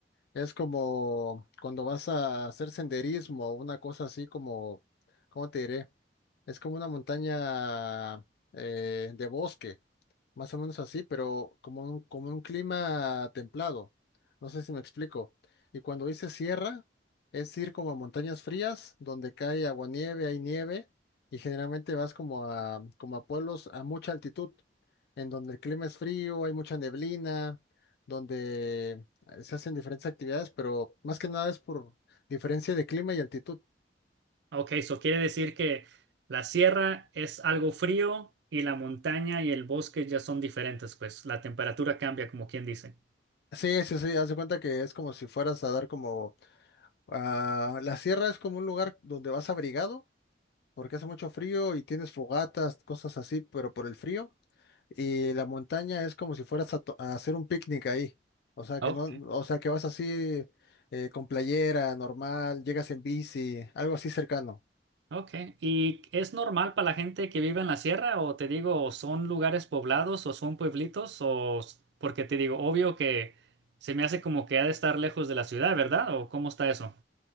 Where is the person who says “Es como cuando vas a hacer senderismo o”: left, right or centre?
Left